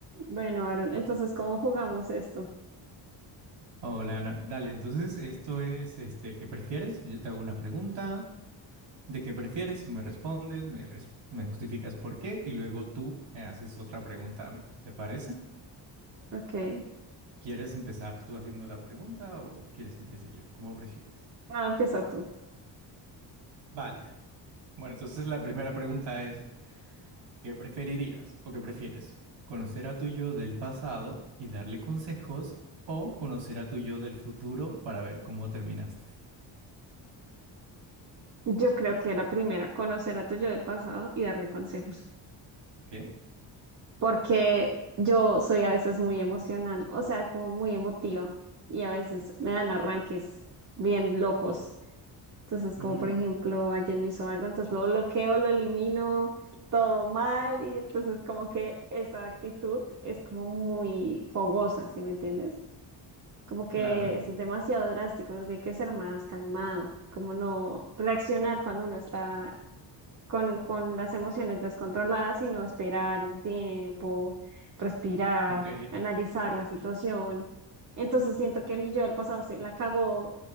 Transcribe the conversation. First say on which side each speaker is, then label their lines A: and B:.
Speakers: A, on the right (about 40°); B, on the right (about 85°).
A: Bueno, Aaron, entonces,
B: Bu-
A: ¿cómo jugamos esto?
B: Hola Ana, dale, entonces esto es, este, ¿qué prefieres? Yo te hago una pregunta, ¿de qué prefieres? Tú me respondes, me, res- me justificas por qué y luego tú me haces otra pregunta a mí, ¿te parece?
A: Ok.
B: ¿Quieres empezar tú haciendo la pregunta o quieres que empiece yo? ¿Cómo prefieres?
A: Ah, empieza tú.
B: Vale, bueno, entonces la primera pregunta es, ¿qué preferirías o qué prefieres? ¿Conocer a tu yo del pasado y darle consejos o conocer a tu yo del futuro para ver cómo terminaste?
A: Yo creo que la primera, conocer a tu yo del pasado y darle consejos.
B: ¿Qué?
A: Porque yo soy a veces muy emocional, o sea, como muy emotiva. Y a veces me dan arranques bien locos. Entonces, como
B: Ujú,
A: por ejemplo, alguien me hizo algo, entonces lo bloqueo, lo elimino, todo mal. Y entonces, como que esa actitud es como muy fogosa, ¿sí me entiendes? Como que
B: Claro.
A: es demasiado drástico, uno tiene que ser más calmado, como no reaccionar cuando uno está con, con las emociones descontroladas, sino esperar un tiempo, respirar,
B: Ok,
A: analizar la situación. Entonces siento que mi yo del pasado se la cagó